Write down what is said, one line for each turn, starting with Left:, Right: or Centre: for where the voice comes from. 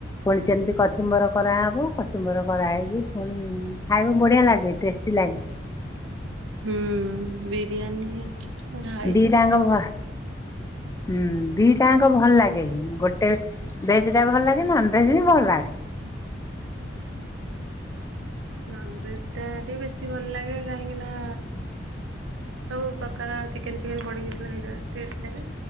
Left: ପୁଣି ସେମିତି କଚୁମ୍ବର କରାହେବ କଚୁମ୍ବର କରାହେଇକି ପୁଣି ଖାଇବା ବଢିଆ ଲାଗେ ଟେଷ୍ଟି ଲାଗେ।
Right: ହୁଁ ବିରୟାନୀ ଖାାଇଛି
Left: ଦିଟାଙ୍କ
Right: ଦିତି
Left: ଭ ହୁଁ ଦିଟାଙ୍କ ଭଲ ଲାଗେ ଗୋଟେ ଭେଜ ଟା ଭଲ ଲାଗେ ନନ ଭେଜ ବି ଭଲ ଲାଗେ। <inaudible>
Right: ନନ ଭେଜ ଟା ଟିକେ ବେଶୀ ଭଲ ଲାଗେ କାହିଁକି ନା ସବୁ ପ୍ରକାର ଚିକେନ ଫିକେନ୍ ପଡିକି ସେଇଟା ଟେଷ୍ଟ ଲାଗେ।